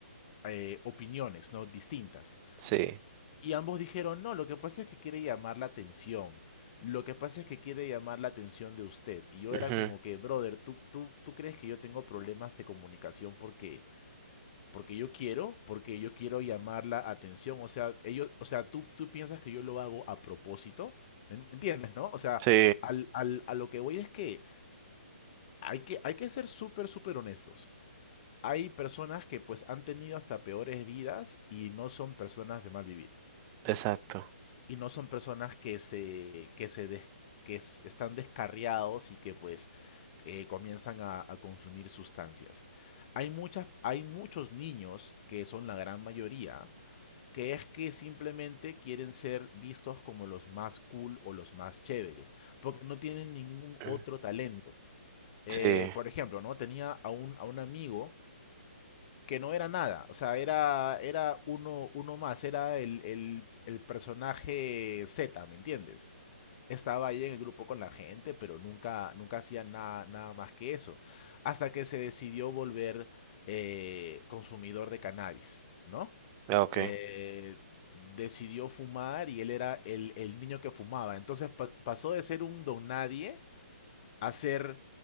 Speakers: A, on the left; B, on the right.
A: eh, opiniones, ¿no? Distintas.
B: Sí.
A: Y ambos dijeron, no, lo que pasa es que quiere llamar la atención. Lo que pasa es que quiere llamar la atención de usted. Y yo
B: Ujú,
A: era como que, brother, ¿tú, tú, tú crees que yo tengo problemas de comunicación porque porque yo quiero, porque yo quiero llamar la atención. O sea, ellos, o sea, tú, tú piensas que yo lo hago a propósito. ¿Me entiendes, no? O sea,
B: Sí,
A: al, al- a lo que voy es que hay que, hay que ser súper, súper honestos. Hay personas que pues han tenido hasta peores vidas y no son personas de mal vivir.
B: exacto.
A: Y no son personas que se, que se des- que s- están descarriados y que pues eh, comienzan a, a consumir sustancias. Hay muchas, hay muchos niños que son la gran mayoría que es que simplemente quieren ser vistos como los más cool o los más chéveres, porque no tienen ningún
B: Mm,
A: otro talento. Eh,
B: Sí,
A: por ejemplo, ¿no? Tenía a un, a un amigo que no era nada, o sea, era, era uno, uno más, era el, el, el personaje Z, ¿me entiendes? Estaba ahí en el grupo con la gente, pero nunca, nunca hacía nada, nada más que eso, hasta que se decidió volver eh, consumidor de cannabis, ¿no?
B: ah, ok.
A: eh, decidió fumar y él era el, el niño que fumaba. Entonces pa- pasó de ser un don nadie a ser